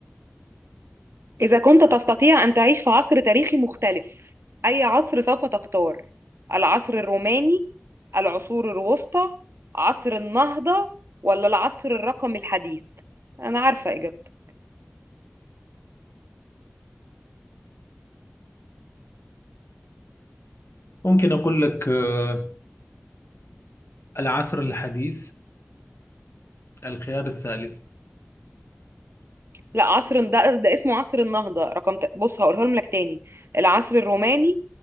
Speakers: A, on the right (about 80°); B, on the left (about 85°).
A: إذا كنت تستطيع أن تعيش في عصر تاريخي مختلف أي عصر سوف تختار؟ العصر الروماني العصور الوسطى عصر النهضة ولا العصر الرقمي الحديث؟ أنا عارفة إجابته
B: ممكن أقول لك آه، العصر الحديث الخيار الثالث
A: لا عصر ده, ده اسمه عصر النهضة رقم ت... بص هقولها لك تاني العصر الروماني